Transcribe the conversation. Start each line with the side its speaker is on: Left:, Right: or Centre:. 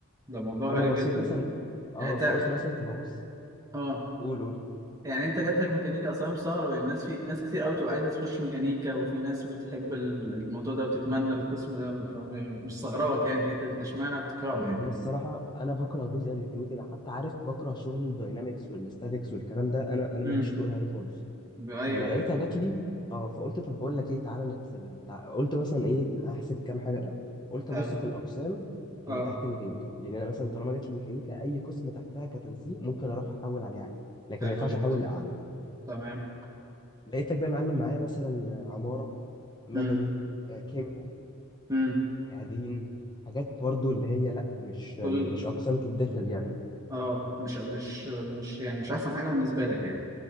Right: ده موضوع
Left: فانا
Right: غريب
Left: بصيت
Right: جدا
Left: مثلا اه
Right: يعني انت
Left: فقلت مثلا طب ابص
Right: اه
Left: قول قول
Right: يعني انت جات لك ميكانيكا اصلا مستغرب يعني الناس في ناس كتير قوي بتبقى عايزه تخش ميكانيكا وفي ناس بتحب ال- الموضوع ده وتتمنى القسم ده فمش مستغربك يعني في الحته دي انت اشمعنى بتكرهه يعني
Left: انا الصراحه انا بكره جزء الميكانيكي ده حتى عارف بكره شغل الداينامكس والاستاتيكس والكلام ده انا انا
Right: امم
Left: ماليش تقول عليه خالص
Right: ايوه
Left: فلما
Right: ايوه
Left: لقيتها جات لي اه فقلت طب بقول لك ايه تعالى نحسبها تع- قلت مثلا ايه هحسب كام حاجه الاول قلت
Right: حلو
Left: ابص في الاقسام
Right: اه
Left: اللي تحت ميكانيكا لان انا مثلا طالما جات لي ميكانيكا اي قسم تحتها كتنسيق ممكن اروح احول عليه عادي لكن
Right: حلو
Left: ما ينفعش
Right: جدا
Left: احول لاعلى
Right: تمام
Left: لقيتك بقى معلم معايا مثلا عماره مدني
Right: امم
Left: آه، كيمياء
Right: امم
Left: تعدين حاجات برضو اللي هي لا مش
Right: كل
Left: م- مش اقسام تتدخل يعني
Right: اه مش مش مش يعني مش احسن حاجه بالنسبه لك يعني